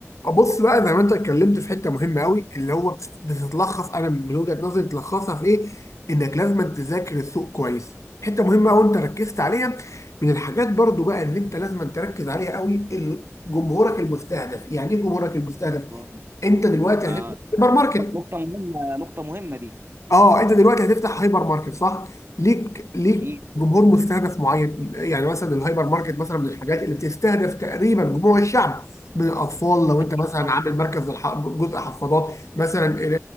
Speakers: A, on the left; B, on the right.
A: بص بقى زي ما انت اتكلمت في حته مهمه قوي اللي هو بت- بتتلخص انا من وجهه نظري تلخصها في ايه؟ انك لازم تذاكر السوق كويس. حته مهمه قوي انت ركزت عليها من الحاجات برضو بقى اللي انت لازم تركز عليها قوي ال- جمهورك المستهدف، يعني ايه جمهورك المستهدف؟
B: آه.
A: انت دلوقتي
B: آه،
A: هتبقى سايبر ماركت
B: نقطه مهمه نقطه مهمه دي
A: اه انت دلوقتي هتفتح هايبر ماركت صح؟ ليك ليك
B: اكيد
A: جمهور مستهدف معين يعني مثلا الهايبر ماركت مثلا من الحاجات اللي بتستهدف تقريبا جموع الشعب من الاطفال لو
B: اكيد
A: انت مثلا
B: طبعا
A: عامل مركز للح- جزء حفاضات مثلا ال-